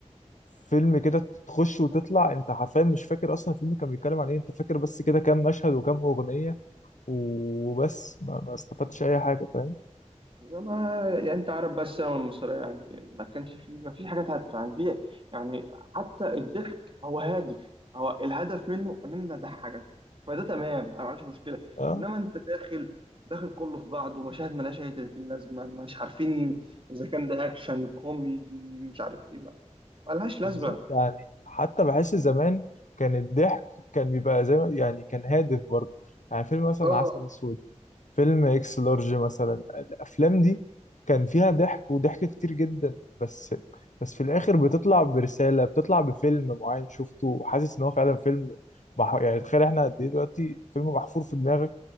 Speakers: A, on the left (about 85°); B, on the right (about 45°).
A: فيلم كده تخش وتطلع انت حرفيا مش فاكر اصلا الفيلم كان بيتكلم عن ايه انت فاكر بس كده كام مشهد وكام اغنية وبس ما, ما استفدتش اي حاجة فاهم
B: ما يعني انت عارف بقى السينما المصريه يعني ما كانش فيه ما فيش حاجات هادفه يعني في يعني حتى الضحك هو هادف هو الهدف منه ان انا اضحكك فده تمام انا ما عنديش مشكله
A: اه
B: انما انت داخل داخل كله في بعضه مشاهد ملهاش اي 30 لازمه مش عارفين اذا كان ده اكشن كوميدي مش عارف ايه ما ملهاش لازمه
A: بالظبط يعني حتى بحس زمان كان الضحك كان بيبقى زي ما يعني كان هادف برضه يعني فيلم مثلا
B: اه
A: عسل اسود فيلم اكس لارج مثلا الافلام دي كان فيها ضحك وضحك كتير جدا بس بس في الاخر بتطلع برسالة بتطلع بفيلم معين شفته وحاسس ان هو فعلا فيلم مح... يعني تخيل احنا قد ايه دلوقتي فيلم محفور في دماغك